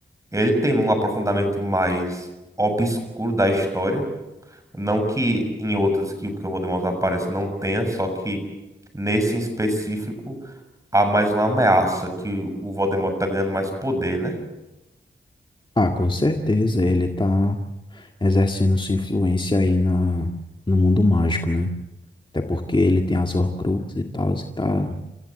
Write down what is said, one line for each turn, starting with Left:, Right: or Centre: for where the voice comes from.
Right: ele tem um aprofundamento mais obscuro da história. Não que em outras que o que eu vou demonstrar apareça não tenha, só que nesse em específico há mais uma ameaça que o o Voldemort tá ganhando mais poder, né?
Left: Ah, com certeza, ele tá exercendo sua influência aí na, no mundo mágico, né? Até porque ele tem as Horcruxes e tal, e tá,